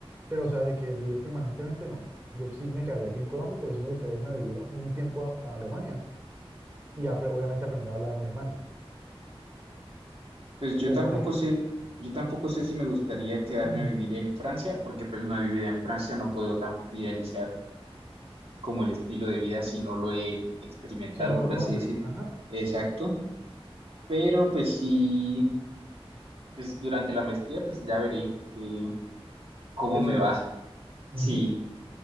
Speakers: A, on the right; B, on the right.
A: Pero, o sea, de que vivir permanentemente no. Yo sí me quedaría aquí en Colombia, pero sí me gustaría irme a vivir un tiempo a, a Alemania y apre- obviamente aprender a hablar alemán.
B: Pues yo
A: O
B: tampoco
A: por ejemplo,
B: sé, yo tampoco sé si me gustaría quedarme
A: <clears throat>
B: a vivir en Francia, porque pues no he vivido en Francia, no puedo tampoco idealizar como el estilo de vida si no lo he experimentado,
A: si no
B: por
A: lo conoces,
B: así decir.
A: ajá,
B: Exacto. Pero pues sí, pues durante la maestría pues ya veré que, cómo
A: que
B: me
A: sea.
B: va. Sí.
A: ujú,